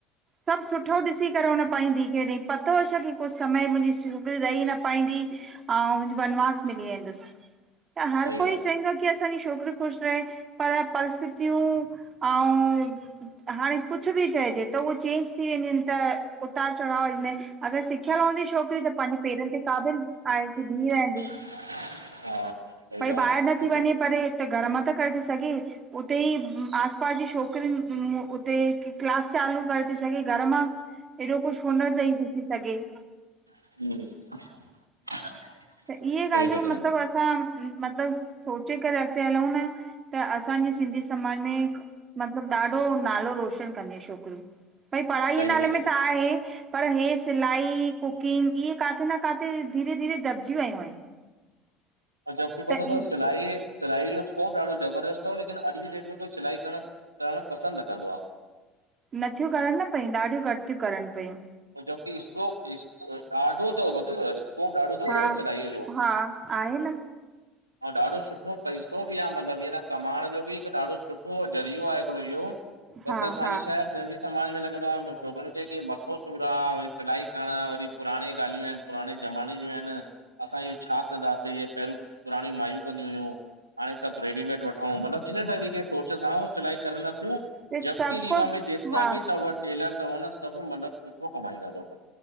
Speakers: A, on the right; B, on the right.
A: सभु सुठो ॾिसी करे हुन पाईंदी दिअ कॾ पतो होे छा की कुझु समय मुंहिंजी सिग रही न पाईंदी ऐं वनवास मिली वेंदुसि त हर
B: सही
A: कोई
B: ॻाल्हि
A: चवंदो की असांजी छोकिरी ख़ुशि रहे पर परिस्थितियूं ऐं हाणे कुझु बि चएजे त उअ चेंज थी वेंदियूं आहिनि त उतार चढ़ाव ईंदा आहिन अगरि सिखियल हूंंदी छोकिरी त पंहिंजे पेरनि ते क़ाबिल आहे की बीह रहंदी
B: हा सही
A: भई
B: ॻाल्हि
A: ॿाहिरि नथी
B: सही
A: वञे
B: था चओ
A: पर हिते घर मां त करे थी सघे उते ई आस पास जी छोकिरियूं उते क्लास चालू करे थी सघे घर मां एॾो कुझु हुनर तंइ ॾिसी सघे
B: <inaudible>
A: त इहे गाल्हियूं
B: सही था
A: मतलब
B: चओ
A: असां मतिलब सोचे करे अॻिते हलूं न त असांजे सिंधी समाज में मतलबु ॾाढो नालो रोशन कंदियू छोकिरियूं भई पढ़ाई
B: सही
A: नाले
B: था चओ
A: में त आहे पर हे सिलाई कुकिंग इहे काथे न काथे धीरे धीरे दॿजी वयूं आहिनि
B: जबकि पतो
A: त
B: तवं
A: इ
B: सिलाई सिलाई जो स्कोप ॾाढो ज़बरदस्त हुओ लेकिन अॼु जी डेट में कोई सिलाई करणु करणु पसंदि न कंदो आहे
A: नथियूं करनि न पयूं ॾाढियूं घटि थियूं करनि पियूं
B: जबकि स्कोप ॾाढो अथव ॿुधव स्कोप ॾाढो अथव
A: हा
B: न सिलाईअ जो
A: हा आहे न
B: ऐं ॾाढो सुठो पैस सुठो बि आहे मतिलब कमाइण जो बि हिकु ॾाढो सुठो ज़रियो आहे हिकिड़ो इहो
A: हा
B: बसि असांजे
A: हा
B: छाहे सिंधी समाज में लॻंदो आहे छोकिरियुनि खे कि मथो ूसूरा वरी सिलाई करणु वरी पुराणी ॻाल्हियूं आ आहिनि पुराणे ज़माने जूं आहिनि असां इयो छा कंदासीं ह पहिरियों पुराणी माययूं कंदियूं हुइयूं हाणे सभु रेडीमेड वठूं मतलबु इन तरीक़े सोच सां सिलाई करनि नथियूं
A: त सभु
B: जबकी रीवा
A: को
B: में जेतिरा
A: हा
B: बि अथव टेलर अथव न सभु मतिलबु सुठो कमाईंदा तंव